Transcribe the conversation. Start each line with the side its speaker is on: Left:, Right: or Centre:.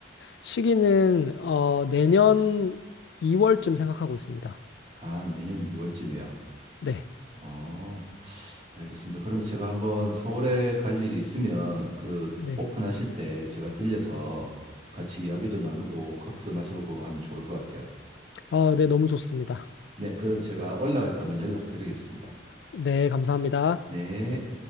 Left: 시기는 어, 내년 2월쯤 생각하고 있습니다.
Right: 아, 내년 2월쯤이요.
Left: 네,
Right: 어, 알겠습니다. 그러면 제가 한번 서울에 갈 일이 있으면 그
Left: 네.
Right: 오픈하실 때 제가 들려서 같이 이야기도 나누고 커피도 마시고 하면 좋을 것 같아요.
Left: 아, 네, 너무 좋습니다.
Right: 네, 그럼 제가 올라갈 때 한번 연락드리겠습니다.
Left: 네, 감사합니다.
Right: 네.